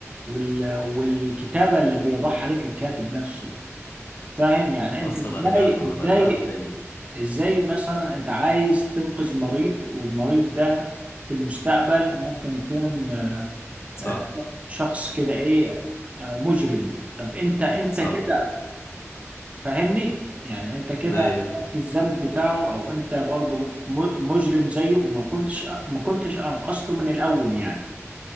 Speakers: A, on the right; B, on the left.
A: وال- والكتابة اللي بيضعها عليك الكاتب نفسه فاهم يعني انت
B: خلاص
A: ازاي
B: هبقى ارجع له هبقى
A: ازاي
B: ارجع له تاني
A: ازاي مثلا انت عايز تنقذ مريض والمريض ده في المستقبل ممكن يكون
B: صح
A: آه، شخص كده ايه آه، مجرم طب انت انت
B: صح
A: كده فاهمني يعني انت كده
B: ايوه
A: الذنب بتاعه او انت برضو م- مجرم زيه ما كنتش ما كنتش انقذته من الاول يعني